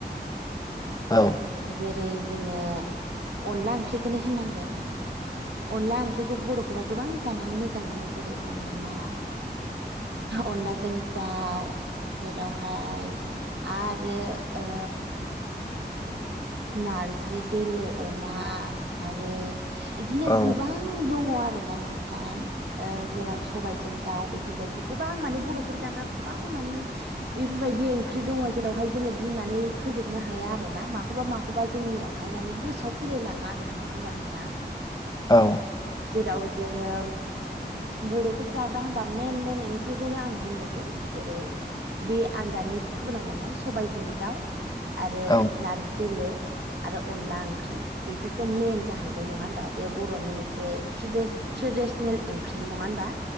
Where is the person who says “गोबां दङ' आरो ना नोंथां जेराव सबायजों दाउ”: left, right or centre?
Right